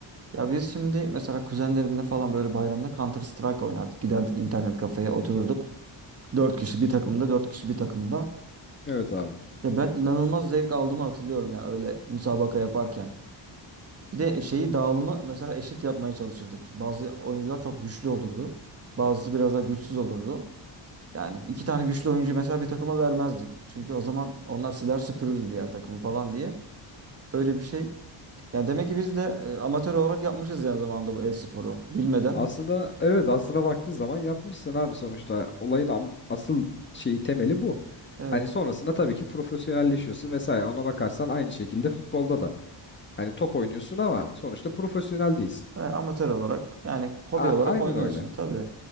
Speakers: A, on the right (about 30°); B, on the left (about 25°).
A: Ya biz şimdi mesela kuzenlerimle falan böyle bayramda Counter Strike oynardık. Giderdik internet kafeye otururduk. Dört kişi bir takımda, dört kişi bir takımda.
B: Evet abi.
A: Ya ben inanılmaz zevk aldığımı hatırlıyorum yani öyle müsabaka yaparken. Bir de şeyi dağılımı mesela eşit yapmaya çalışırdık. Bazı oyuncular çok güçlü olurdu. Bazısı biraz daha güçsüz olurdu. Yani iki tane güçlü oyuncuyu mesela bir takıma vermezdik. Çünkü o zaman onlar siler süpürürdü diğer takımı falan diye. Öyle bir şey. Yani demek ki biz de e, amatör olarak yapmışız yani zamanında bu e-sporu bilmeden.
B: Aslında evet aslına baktığın zaman yapmışsın abi sonuçta. Olayın am- asıl şeyi temeli bu.
A: Evet.
B: Hani sonrasında tabii ki profesyonelleşiyorsun vesaire. Ona bakarsan aynı şekilde futbolda da. Hani top oynuyorsun ama sonuçta profesyonel değilsin.
A: Ve amatör olarak yani hobi
B: A- aynen
A: olarak oynuyorsun
B: öyle.
A: tabii.